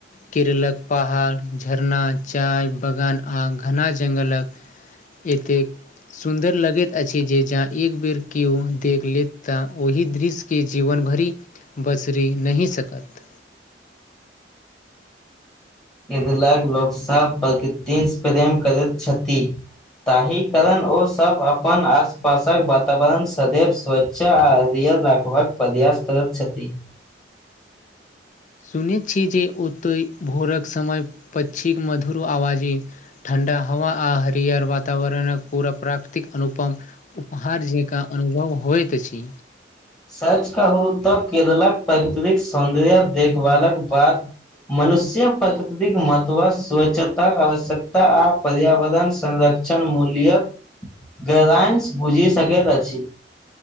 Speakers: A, on the left (about 45°); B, on the left (about 20°).
A: केरेलक पहाड़ झरना चाय बगान आ घना जङ्गलक एत सुन्दर लगैत अछि जे जहं एक बेर केो देख लेत ता ओहि दृश्य के जीवन भरि बसरि नहि सकत
B: इदलग लोकसभ प्रकति प्रेम करैत छथि ताहि कारण ओसभ अपन आसपासक वातावरण सदैव सोच चा रखबाक फ्यस तरत छथि
A: सुनैत छी जे ओतय भोरक समय पक्षीक मधुर आवाज अ ठं्ा हव आ हरियर वातावरण पूरा प्राकृतिक अनुपम उपहार जकाँ अनुभव होइत अछि
B: सच कहू तऽ केरलक प्रकृरिक सौंन्दर्य देखभालक बाद मनुष्य प्रकृतिक महत्व स्वच्छताक आवश्यकता आ पर्यावरण संरक्षण मूल्य ग्रइश बुझि सकैत अछि